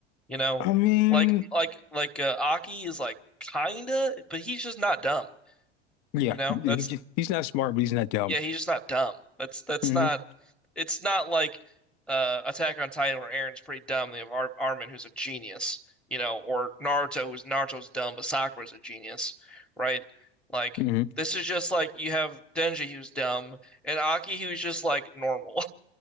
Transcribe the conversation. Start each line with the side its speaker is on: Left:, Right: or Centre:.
Centre: You know,
Left: I mean,
Centre: like like like uh, Aki is like kinda, but he's just not dumb.
Left: yeah,
Centre: You know,
Left: he-
Centre: that's
Left: he- he's not smart, but he's not dumb.
Centre: Yeah, he's just not dumb. That's that's
Left: hmm
Centre: not. It's not like uh, Attack on Titan where Aaron's pretty dumb. They have Ar Armin who's a genius, you know, or Naruto who's Naruto's dumb, but Sakura's a genius, right? Like
Left: hmm
Centre: this is just like you have Denji who's dumb and Aki who's just like normal.